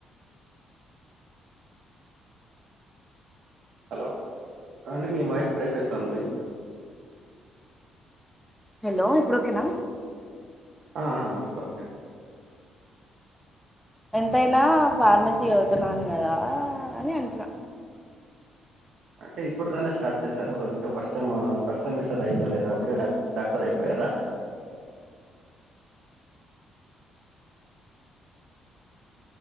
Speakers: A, on the right; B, in the centre.
A: హలో హలో అండి మీ వాయిస్ బ్రేక్ అయితంది
B: హలో ఇప్పుడు ఓకేనా
A: ఆ ఆ ఇప్పుడు ఓకే
B: ఎంతైనా ఫార్మసీ చదుతున్నాను కదా అని అంటున్నా
A: అంటే ఇప్పుడు తనే స్టార్ట్ చేశారు ఇంకా ఫస్ట్ టైము ఫస్ట్ సెమిస్టర్ అయిందో లేదు అప్పుడే డాక్టర్ అయిపోయారా